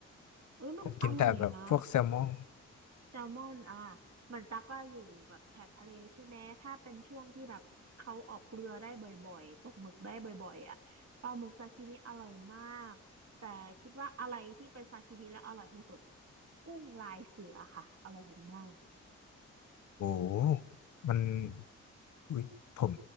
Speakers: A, on the right; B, on the left.
A: เอ้ยมันอร่อยนะ
B: ผมกินแต่แบบพวกแซลมอน
A: แซลมอนอ่ามันตักก็อยู่แบบแถบทะเลใช่ไหมถ้าเป็นช่วงที่แบบเขาออกเรือได้บ่อยๆตกหมึกได้บ่อยๆอ่ะปลาหมึกซาชิมิอร่อยมากแต่คิดว่าอะไรที่เป็นซาชิมิแล้วอร่อยที่สุดกุ้งลายเสือค่ะอร่อยมาก
B: โอ้โหมันอุ๊ยผม